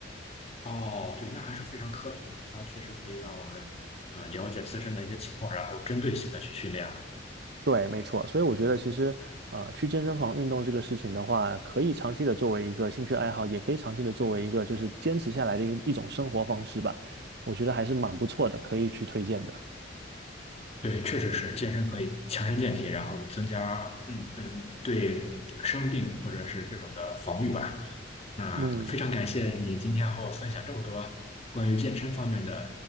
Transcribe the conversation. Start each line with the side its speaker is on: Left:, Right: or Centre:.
Left: 哦，对，那还是非常科学的，它确实可以让我们呃了解自身的一些情况，然后针对性的去训练。
Right: 对，没错，所以我觉得其实，呃，去健身房运动这个事情的话，可以长期的作为一个兴趣爱好，也可以长期的作为一个就是坚持下来的一一种生活方式吧。我觉得还是蛮不错的，可以去推荐的。
Left: 对，确实是健身可以强身健体，然后增加嗯嗯对生病或者是这种的防御吧。那非常感谢你今天和我分享这么多关于健身方面的
Right: 嗯，